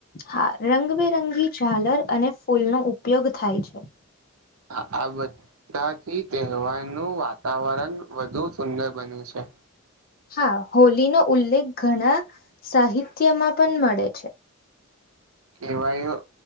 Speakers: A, on the left; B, on the right.
A: હા રંગબેરંગી ઝાલર અને ફૂલનો ઉપયોગ થાય છે.
B: હા આ બ ધાથી તહેવારનું વાતાવરણ વધુ સુંદર બન્યું છે.
A: હા હોલીનો ઉલ્લેખ ઘણા સાહિત્યમાં પણ મળે છે.
B: કેવાયરો?